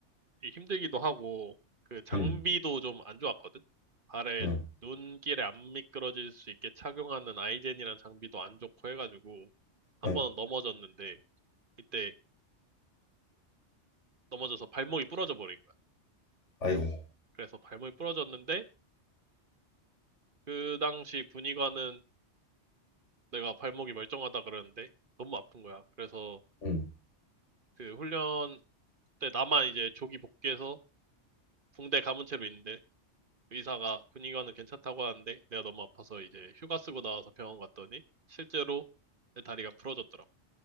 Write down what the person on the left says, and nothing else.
응,
응,
응,
아이고,
응,